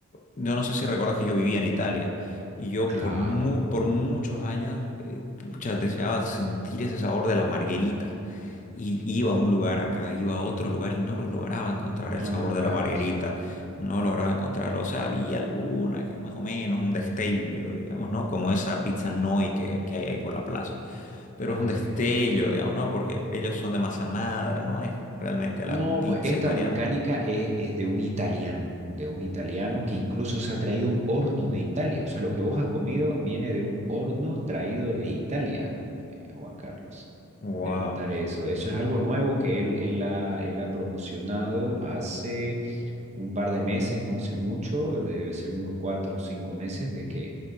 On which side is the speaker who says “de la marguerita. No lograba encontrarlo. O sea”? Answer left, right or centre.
Left